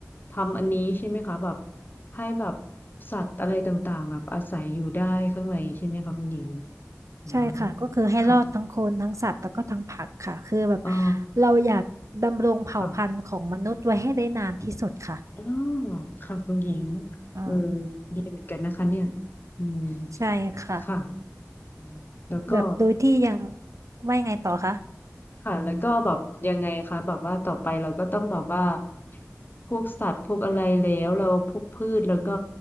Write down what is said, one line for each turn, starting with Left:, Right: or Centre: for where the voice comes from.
Left: ทำอันนี้ใช่ไหมคะแบบให้แบบสัตว์อะไรต่างๆแบบอาศัยอยู่ได้ข้างในใช่ไหมคะคุณหญิงอ่า
Right: ใช่ค่ะก็คือให้รอดทั้งคนทั้งสัตว์แล้วก็ทั้งผักค่ะคือแบบ
Left: ค่ะอ๋อ
Right: เราอยากดำรงเผ่าพันธุ์ของมนุษย์ไว้ให้ได้นานที่สุดค่ะ
Left: ค่ะอ๋อค่ะคุณหญิง
Right: อืม
Left: เออดีเหมือนกันนะคะเนี่ยอืม
Right: ใช่ค่ะ
Left: ค่ะอืมแล้วก็
Right: แบบโดยที่ยังว่ายังไงต่อคะ
Left: ค่ะแล้วก็แบบยังไงคะแบบว่าต่อไปเราก็ต้องแบบว่าพวกสัตว์พวกอะไรแล้วเราพวกพืชแล้วก็